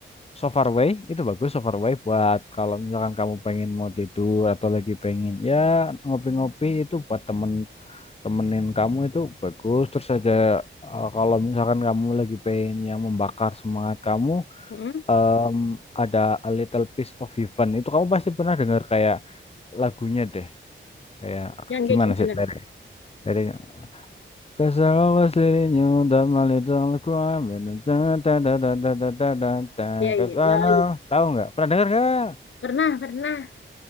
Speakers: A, on the left; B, on the left.
A: So Far itu bagus So Far buat kalau misalkan kamu pengen mau tidur atau lagi pengen ya ngopi-ngopi itu buat temen temenin kamu itu bagus terus aja eh, kalau misalkan kamu lagi pengen yang membakar semangat kamu
B: Mm-mm.
A: em, ada A Little Piece of Heaven itu kamu pasti pernah dengar kayak lagunya deh kayak
B: Yang
A: gimana
B: kayak gimana?
A: sih lirik liriknya Cause I always leading you down my little crime and da da da da da da da da da- da-
B: Ya
A: 'cause
B: iya, ya
A: I know
B: iya. iya.
A: tahu nggak pernah dengar nggak
B: Pernah, pernah.